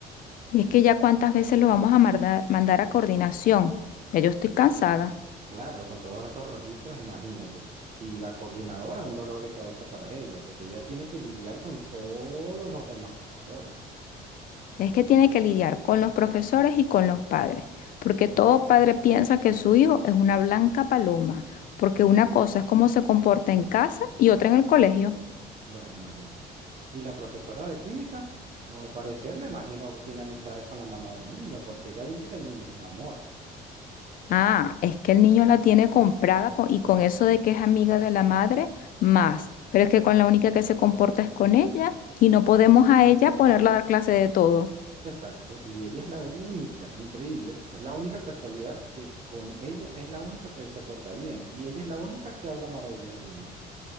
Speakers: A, on the left; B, on the right.
A: Y es que ya cuántas veces lo vamos a mandar, mandar a coordinación, ya yo estoy cansada.
B: Claro, con todos esos registros, imagínate. Y la coordinadora, un dolor de cabeza para ella, porque ella tiene que lidiar con todos los demás profesores.
A: Es que tiene que lidiar con los profesores y con los padres, porque todo padre piensa que su hijo es una blanca paloma, porque una cosa es cómo se comporta en casa y otra en el colegio.
B: Bueno, imagínate. Y la profesora de química, bueno, al parecer me imagino que tiene amistades con la mamá del niño, porque ella dice que el niño es un amor.
A: Ah, es que el niño la tiene comprada con- y con eso de que es amiga de la madre, más, pero es que con la única que se comporta es con ella y no podemos a ella ponerla a dar clase de todo.
B: Exacto, y ella es la única, increíble, es la única casualidad que con ella es la única que se porta bien y ella es la única que habla maravillas del niño.